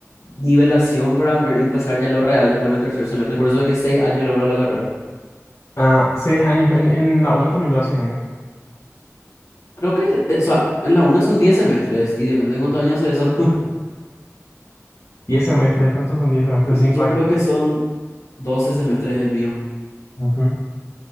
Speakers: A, on the left; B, on the left.
A: nivelación para ver, empezar ya lo real después en el tercer semestre. Por eso es que seis años logró la carrera.
B: Ah, seis años, en, en la uno también dura seis años.
A: Creo que, eh, o sea, en la UNA son 10 semestres y depende de cuántos años es eso. <laughs>
B: Diez semestres, ¿cuántos son diez semestres? Cinco
A: Yo
B: años.
A: creo que son 12 semestres el mío.
B: Ujú.